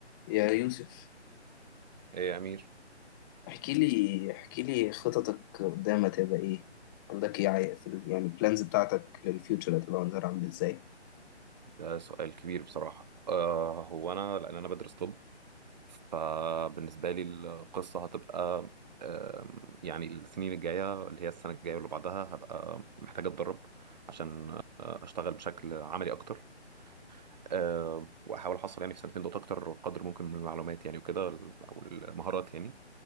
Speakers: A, on the left (about 20°); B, on the right (about 40°).
A: يا يوسف
B: ايه يا امير
A: احكي لي احكي لي خططك قدام هتبقى ايه عندك ايه عاي- في ال- يعني البلانز بتاعتك للفيوتشر هتبقى منظر عامل ازاي
B: ده سؤال كبير بصراحه آه هو انا لان انا بدرس طب فبالنسبه لي القصه هتبقى آم، يعني السنين الجايه اللي هي السنه الجايه واللي بعدها هبقى محتاج اتدرب عشان آه، اشتغل بشكل عملي اكتر آه واحاول احصل يعني في سنتين دول اكتر قدر ممكن من المعلومات يعني وكده او المهارات يعني